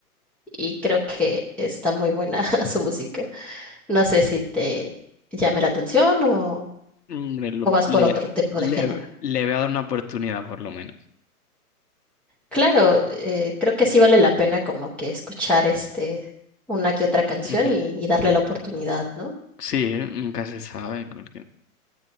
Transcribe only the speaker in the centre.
y creo que está muy buena <laughs> su música. No sé si te llame la atención o,
o vas
por otro tipo
de género.
Claro, eh, creo que sí vale la pena como que escuchar este una que otra canción
y, y darle la oportunidad, ¿no?